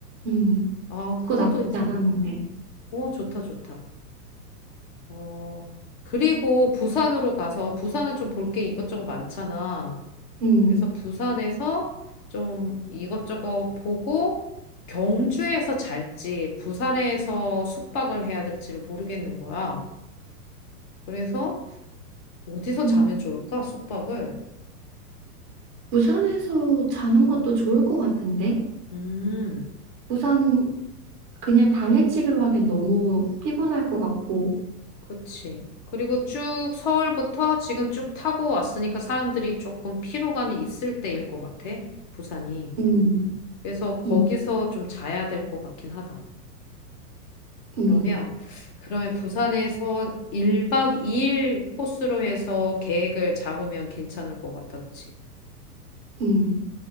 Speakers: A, on the right (about 20°); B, on the left (about 30°).
A: 음,
B: 아,
A: 그거
B: 그것도
A: 나쁘지
B: 괜찮을
A: 않았는데.
B: 것 같아. 오, 좋다, 좋다. 어, 그리고 부산으로 가서, 부산은 좀 볼 게 이것저것 많잖아.
A: 음,
B: 그래서 부산에서 좀 이것저것 보고, 경주에서 잘지, 부산에서 숙박을 해야 될지를 모르겠는 거야. 그래서 어디서
A: 음,
B: 자면 좋을까? 숙박을.
A: 부산에서 자는 것도 좋을 것 같은데.
B: 음,
A: 부산 그냥 당일치기로 하기엔 너무 피곤할 것 같고.
B: 그치. 그리고 쭉 서울부터 지금 쭉 타고 왔으니까 사람들이 조금 피로감이 있을 때일 것 같아, 부산이.
A: 음,
B: 그래서 거기서
A: 음,
B: 좀 자야 될 것 같긴 하다. 그러면,
A: 음,
B: 그러면 부산에서 1박 2일 코스로 해서 계획을 잡으면 괜찮을 것 같아, 그치?
A: 음,